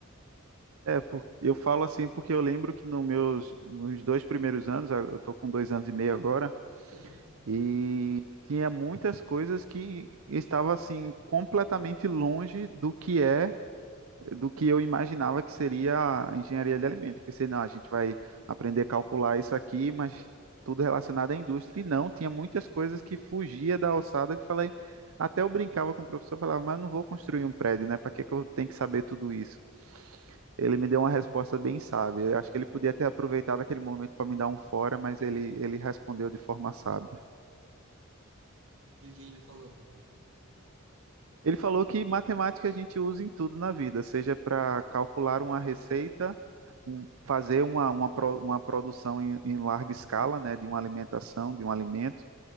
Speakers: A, on the right; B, on the right.
A: É, por- eu falo assim porque eu lembro que nos meus, nos dois primeiros anos, a- eu tô com dois anos e meio agora,
B: Uhum.
A: e tinha muitas coisas que estava assim completamente longe do que é do que eu imaginava que seria a engenharia de alimentos. Pensei, não, a gente vai aprender a calcular isso aqui, mas tudo relacionado à indústria. E não, tinha muitas coisas que fugia da alçada que eu falei. Até eu brincava com o professor, falava, mas eu não vou construir um prédio, né? Para que que eu tenho que saber tudo isso? Ele me deu uma resposta bem sábia. Eu acho que ele podia ter aproveitado aquele momento para me dar um fora, mas ele, ele respondeu de forma sábia.
B: E o que ele falou?
A: Ele falou que matemática a gente usa em tudo na vida, seja para calcular uma receita, um- fazer uma, uma, pro- uma produção em, em larga escala, né, de uma alimentação, de um alimento,